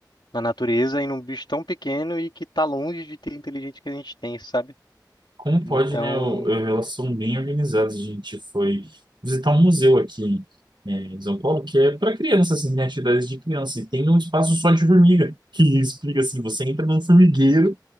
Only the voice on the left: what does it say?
na natureza e num bicho tão pequeno e que tá longe de ter a inteligência que a gente tem, sabe?
Então,